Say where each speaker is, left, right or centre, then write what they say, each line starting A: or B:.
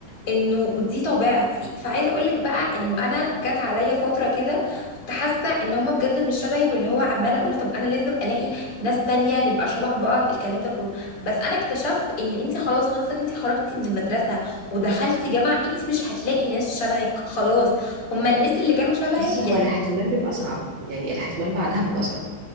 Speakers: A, on the left; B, on the right.
A: انه دي طبيعتي فعايزه اقول لك بقى انه انا جت عليا فتره كده كنت حاسه ان هما بجد مش شبهي واللي هو عماله اقول طب انا لازم الاقي ناس تانية نبقى شبه بعض الكلام ده كله بس انا اكتشفت ان انت خلاص وانس ان انت خرجتي من المدرسه ودخلتي جامعه انت مش هتلاقي ناس شبهك خلاص هما الناس اللي كانوا شبهك
B: بس هو
A: يعني
B: الاحتمال بيبقى صعب يعني الاحتمال بعدها بيبقى صعب